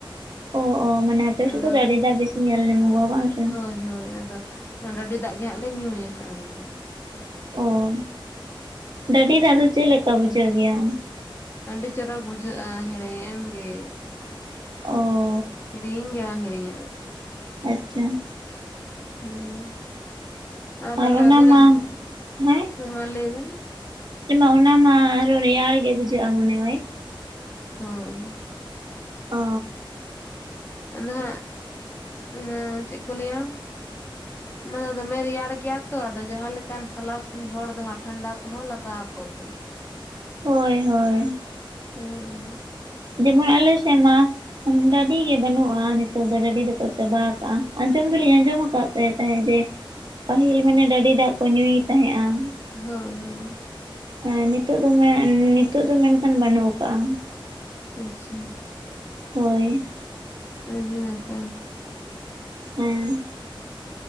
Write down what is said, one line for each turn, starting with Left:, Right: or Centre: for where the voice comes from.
Right: ᱚ ᱚ ᱢᱟᱱᱮ ᱟᱯᱮ
Left: ᱟᱫᱚ
Right: ᱥᱮᱫ ᱫᱚ ᱰᱟᱹᱰᱤ ᱫᱟᱜ ᱵᱮᱥᱤ ᱧᱮᱞ ᱧᱟᱢᱚᱜᱚᱜᱼᱟ ᱵᱟᱝ ᱥᱮ?
Left: ᱦᱳᱭ ᱦᱳᱭ, ᱟᱫᱚ ᱰᱟᱹᱰᱤ ᱫᱟᱜ ᱜᱮ ᱦᱟᱸᱜ ᱞᱮ ᱧᱩᱭᱟ ᱟᱫᱚ
Right: ᱚ, ᱰᱟᱹᱰᱤ ᱫᱟᱜ ᱫᱚ ᱪᱮᱫ ᱞᱮᱠᱟ ᱵᱩᱡᱷᱟᱹᱜ ᱜᱮᱭᱟ?
Left: ᱟᱹᱰᱤ ᱪᱚᱨᱚᱠ ᱵᱩᱡᱷᱟᱹᱜᱼᱟ ᱦᱮᱲᱮᱢ ᱜᱮ ᱾
Right: ᱚ ᱾
Left: ᱦᱤᱲᱤᱧ ᱜᱮ ᱵᱟᱝ ᱦᱤᱲᱤᱧ ᱧᱚᱜ-ᱟ ᱾
Right: ᱟᱪᱪᱷᱟ ᱾
Left: ᱦᱩᱸ, ᱟ
Right: ᱟᱨ
Left: ᱛᱟᱦᱞᱮ
Right: ᱚᱱᱟ
Left: ᱟᱵᱮᱱ,
Right: ᱢᱟ ᱦᱮᱸ
Left: ᱦᱳᱭ ᱢᱟ ᱞᱟᱹᱭ ᱵᱮᱱ ᱾
Right: <unintelligible> ᱚᱱᱟ ᱢᱟ ᱟᱨᱚ ᱨᱮᱭᱟᱲ ᱜᱮ ᱵᱩᱡᱷᱟᱹᱜᱼᱟ ᱢᱚᱱᱮ ᱦᱚᱭ?
Left: ᱦᱳᱭ ᱾
Right: ᱚ ᱾
Left: ᱟᱫᱚ ᱦᱟᱸᱜ ᱚᱱᱮ ᱪᱮᱫ ᱠᱚ ᱞᱟᱹᱭᱟ ᱚᱱᱟ ᱫᱚᱢᱮ ᱨᱮᱭᱟᱲ ᱜᱮᱭᱟ ᱛᱚ, ᱟᱫᱚ ᱡᱟᱦᱟᱸ ᱞᱮᱠᱟᱱ ᱥᱟᱞᱟᱥ ᱦᱚᱲ ᱫᱚ ᱦᱟᱸᱜ ᱴᱷᱟᱱᱰᱟ ᱠᱚᱦᱚᱸ ᱞᱟᱜᱟᱣ ᱟᱠᱚ ᱜᱮᱭᱟ ᱾
Right: ᱦᱳᱭ ᱦᱳᱭ ᱾
Left: ᱦᱩᱸ ᱾
Right: ᱡᱮᱢᱚᱱ ᱟᱞᱮ ᱥᱮᱜ ᱢᱟ ᱰᱟᱹᱰᱤ ᱜᱮ ᱵᱟᱹᱱᱩᱜᱼᱟ ᱱᱤᱛᱚᱜ ᱫᱚ ᱰᱟᱹᱰᱤ ᱫᱚᱠᱚ ᱪᱟᱵᱟ ᱠᱟᱜᱼᱟ, ᱟᱸᱡᱚᱢ ᱫᱚᱞᱤᱧ ᱟᱸᱡᱚᱢ ᱟᱠᱟᱫ ᱛᱟᱦᱮᱸ ᱛᱟᱦᱮᱸᱜ ᱡᱮ ᱯᱟᱹᱦᱤᱞ ᱢᱟᱱᱮ ᱰᱟᱹᱰᱤ ᱫᱟᱜ ᱠᱚ ᱧᱩᱭᱮ ᱛᱟᱦᱮᱸᱜᱼᱟ ᱾
Left: ᱦᱳᱭ ᱦᱳᱭ ᱾
Right: ᱦᱮᱸ ᱱᱤᱛᱚᱜ ᱫᱚ ᱱᱤᱛᱚᱜ ᱫᱚ ᱢᱮᱱ ᱠᱷᱟᱱ ᱵᱟᱹᱱᱩᱜ ᱠᱟᱜ -ᱟ ᱾
Left: ᱟᱪᱪᱷᱟ᱾
Right: ᱦᱳᱭ᱾
Left: ᱟᱹᱰᱤ ᱱᱟᱯᱟᱭ
Right: ᱦᱮᱸ